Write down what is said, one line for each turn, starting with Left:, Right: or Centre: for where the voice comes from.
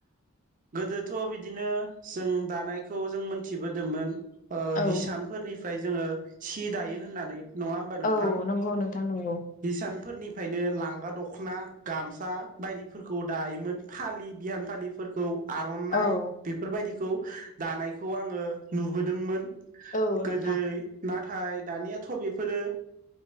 Right: गोदोथ' बिदिनो जों दानायखौ जों मोनथिबोदोंमोन। ओ
Left: औ
Right: हिसानफोरनिफ्राय जोङो सि दायो होननानै नङा होमबा नोंथां
Left: औ नंगौ नोंथां नंगौ
Right: हिसानफोरनिफ्रायनो लां गा दख'ना गामसा बायदिफोरखौ दायोमोन फालि बिहान फालिफोरखौ आर'नाइ
Left: औ
Right: बेफोरबायदिखौ दानायखौ आङो नुबोदोंमोन।
Left: औ
Right: गोदोयो
Left: नोंथां
Right: नाथ थाय दानियाथ' बेफोरो